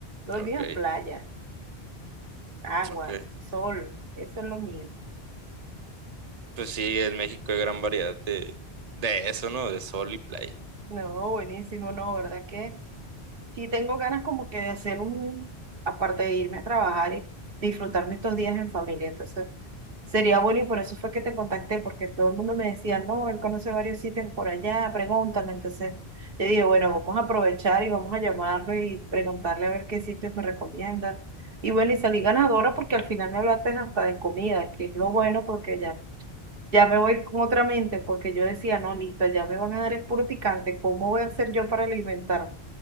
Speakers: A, on the right; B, on the right.
A: Lo
B: Ok,
A: mío es playa, agua,
B: ok.
A: sol, eso es lo mío.
B: Pues sí, en México hay gran variedad de, de eso, ¿no? De sol y playa.
A: No, buenísimo, no, ¿verdad que? Sí, tengo ganas como que de hacer un, aparte de irme a trabajar y disfrutarme estos días en familia. Entonces, sería bueno y por eso fue que te contacté, porque todo el mundo me decía, no, él conoce varios sitios por allá, pregúntale. Entonces, yo dije, bueno, vamos a aprovechar y vamos a llamarlo y preguntarle a ver qué sitios me recomiendan. Y bueno, y salí ganadora porque al final me hablaste hasta de comida, que es lo bueno porque ya, ya me voy con otra mente, porque yo decía, no, listo, ya me van a dar el puro picante, ¿cómo voy a hacer yo para alimentarme?